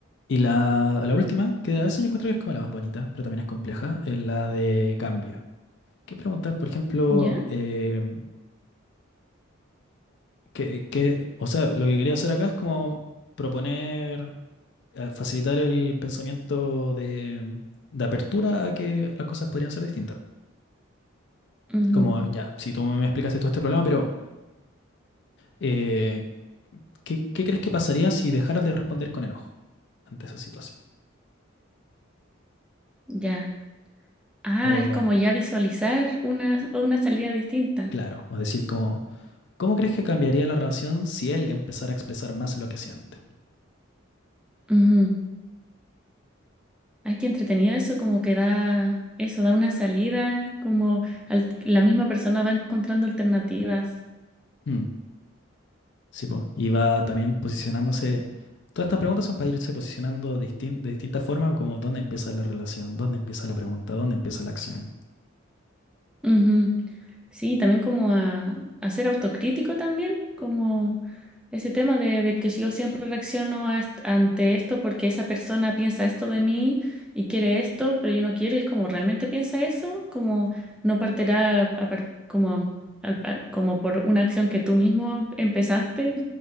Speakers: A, on the left; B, in the centre.
A: Y la, la última, que a veces yo encuentro que es como la más bonita, pero también es compleja, es la de cambio. Que preguntar, por ejemplo,
B: ¿Ya?
A: eh, que, que- o sea, lo que quería hacer acá es como proponer, eh, facilitar el pensamiento de, de apertura a que las cosas podrían ser distintas.
B: Ujú,
A: Como, ya, si tú me explicaste todo este problema, pero eh, ¿qué, qué crees que pasaría si dejaras de responder con enojo ante esa situación?
B: Ya. Ah,
A: O,
B: es como ya visualizar una, una salida distinta.
A: claro, o decir como... ¿Cómo crees que cambiaría la relación si él empezara a expresar más lo que siente?
B: Ujú. Ay, qué entretenido eso, como que da, eso, da una salida, como al- la misma persona va encontrando alternativas.
A: Mm, sí, po. Y va también posicionándose. Todas estas preguntas son para irse posicionando distin- de distintas formas, como dónde empieza la relación, dónde empieza la pregunta, dónde empieza la acción.
B: Ujú. Sí, también como a, a ser autocrítico también, como ese tema de, de que yo siempre reacciono a est- ante esto porque esa persona piensa esto de mí y quiere esto, pero yo no quiero, y es como realmente piensa eso, como no partirá a par- como, al- al- como por una acción que tú mismo empezaste.